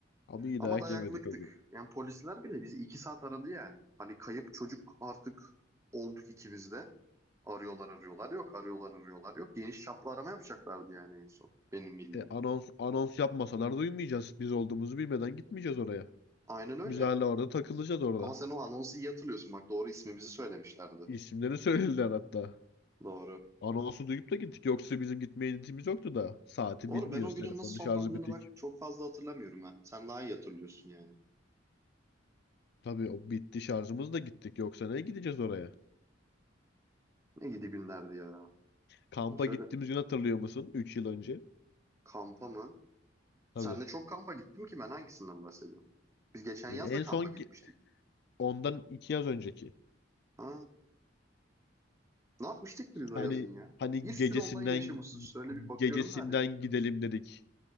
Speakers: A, on the left (about 60°); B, on the right (about 15°).
A: Ama iyi
B: Ama
A: dayak
B: dayaklıktık.
A: yemedik o gün.
B: Yani polisler bile bizi iki saat aradı yani. Hani kayıp çocuk artık olduk ikimiz de. Arıyorlar arıyorlar yok, arıyorlar arıyorlar yok. Geniş çaplı arama yapacaklardı yani en son. Benim bildiğim.
A: E, anons, anons yapmasalar duymayacağız. Biz olduğumuzu bilmeden gitmeyeceğiz oraya.
B: Aynen öyle.
A: Biz hala orada takılacağız orada.
B: Ama sen o anonsu iyi hatırlıyorsun. Bak doğru ismimizi söylemişlerdi.
A: İsimleri söylediler hatta.
B: Doğru.
A: Anonsu duyup da gittik. Yoksa bizim gitmeye niyetimiz yoktu da. Saati
B: Doğru
A: bilmiyoruz.
B: ben o günün
A: Telefonun
B: nasıl sonlandığını
A: şarjı bitik.
B: bak çok fazla hatırlamıyorum ha. Sen daha iyi hatırlıyorsun yani.
A: Tabii o bitti şarjımız da gittik. Yoksa ne gideceğiz oraya?
B: Ne gidi günlerdi ya.
A: Kampa
B: Şöyle
A: gittiğimiz gün hatırlıyor musun? Üç yıl önce.
B: kampa mı?
A: Tabii.
B: Senle çok kampa gittim ki ben hangisinden bahsediyorum? Biz geçen
A: Ya
B: yaz da
A: En
B: kampa
A: son
B: gitmiştik.
A: ge- ondan iki yaz önceki.
B: Ha. Ne yapmıştık ki biz o
A: Hani
B: yazın ya?
A: hani
B: Bir
A: gecesinden
B: sürü olay yaşamışız. Şöyle bir bakıyorum
A: gecesinden
B: da hani.
A: gidelim dedik.